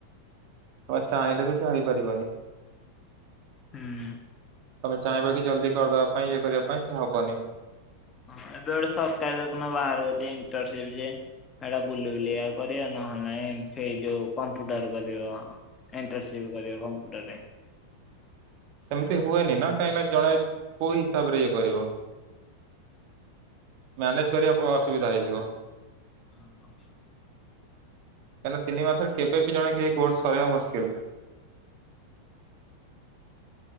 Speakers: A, on the right (about 45°); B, on the left (about 20°).
A: ତମେ ଚାହିଁଲେ ବି ସେ ହେଇପାରିବନି।
B: ହୁଁ।
A: ତମେ ଚାହିଁବ କି ଜଲଦି କରିଦବା ପାଇଁ ଇଏ କରିବା ପାଇଁ କିନ୍ତୁ ହବନି।
B: ହଁ ଏବେ ଗୋଟେ ସରକାରୀ ଦେଖୁନା ବାହାର ଇଣ୍ଟରନସିପ ଯେ। ସେଇଟା ବୁଲ ବୁଲଆ କରିବା ନହେଲେ ନାଇ ସେଇ ଯୋଉ କମ୍ପୁଟର କରିବ। ଇଣ୍ଟରସିପ କରିବ କମ୍ପ୍ୟୁଟରରେ।
A: ସେମିତି ହୁଏନି ନା କାହିଁକି ନା ଜଣେ କୋଉ ହିସାବ ରେ ଇଏ କରିବ। ମ୍ୟାନେଜ କରିବା ଅ ଅସୁବିଧା ହେଇଯିବ।
B: <inaudible>
A: କାହିଁକିନା ତିିନି ମାସରେ କେବେ ବି ଜଣ କେହି କୋର୍ସ କରିବା ମୁସ୍କିଲ।